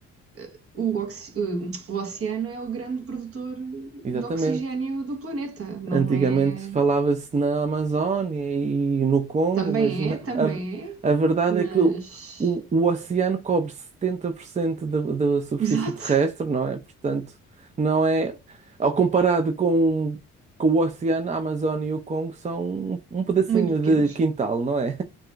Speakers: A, on the right; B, on the right.
A: eh, o, oxi- eh, o oceano é o grande produtor
B: exatamente.
A: de oxigênio do planeta, não
B: Antigamente
A: é?
B: falava-se na Amazónia e no Congo,
A: Também
B: mas na-
A: é, também
B: a,
A: é,
B: a verdade
A: mas.
B: é que o, o- o oceano cobre 70% da, da
A: <laughs>
B: superfície
A: Exato,
B: terrestre, não é? Portanto, não é. Ao comparado com, com o oceano, a Amazónia e o Congo são um, um pedacinho
A: muito pequenos.
B: de quintal, não é?